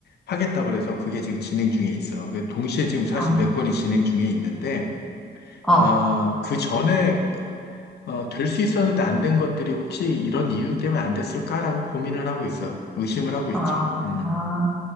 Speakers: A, on the left (about 65°); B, in the centre.
A: 하겠다고 그래서 그게 지금 진행 중에 있어. 그 동시에 지금 사실
B: 어,
A: 몇 건이 진행 중에 있는데,
B: 어,
A: 어, 그 전에 어, 될 수 있었는데 안 된 것들이 혹시 이런 이유 때문에 안 됐을까라고 고민을 하고 있어. 의심을 하고 있지.
B: 아,
A: 음,
B: 아.